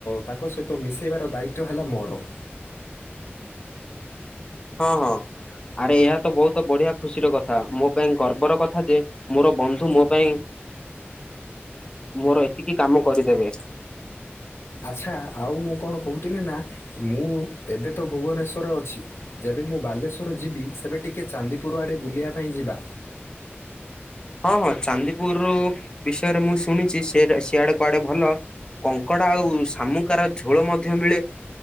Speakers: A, on the left; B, on the left.
A: ତାଙ୍କ ସହିତ ମିଶେଇବାର ଦାୟିତ୍ୱ ହେଲା ମୋର।
B: ହଁ ହଁ ଆରେ ଏହା ତ ବହୁତ ବଢିଆ ଖୁସିର କଥା ମୋ ପାଇଁ ଗର୍ବର କଥା ଯେ ମୋର ବନ୍ଧୁ ମୋ ପାଇଁ ମୋର ଏତିକି କାମ କରିଦେବେ।
A: ଆଚ୍ଛା ଆଉ ମୁଁ କଣ କହୁଥିଲି ନା ମୁଁ ଏବେ ତ ଭୁବନେଶ୍ୱରରେ ଅଛି। ଯେବେ ମୁଁ ବାଲେଶ୍ୱର ଯିବି ସେବେ ଟିକେ ଚାନ୍ଦିପୁର ଆଡ଼େ ବୁଲିବା ପାଇଁ ଯିବା।
B: ହଁ ହଁ ଚାନ୍ଦିପୁର ବିଷୟରେ ମୁଁ ଶୁଣିଛି ସେ ସିଆଡେ କୁଆଡେ ଭଲ। କଙ୍କଡ଼ା ଆଉ ଶାମୁକାର ଝୋଳ ମଧ୍ୟ ମିଳେ।